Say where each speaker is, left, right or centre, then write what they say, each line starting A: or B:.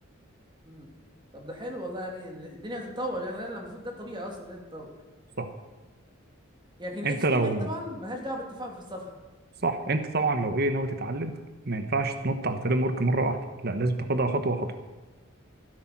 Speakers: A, on the right; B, on the right.
A: امم طب ده حلو والله يعني الدنيا بتتطور يعني ده المفروض ده الطبيعي اصلا ده تتطور
B: صح
A: لكن ال
B: أنت
A: HTML
B: لو
A: طبعا ملهاش دعوه بالتفاعل في الصفحه
B: صح
A: يعني
B: انت طبعا لو ايه ناوي تتعلم ما ينفعش تنط على الفريم ورك مره واحده لا لازم تاخدها خطوه خطوه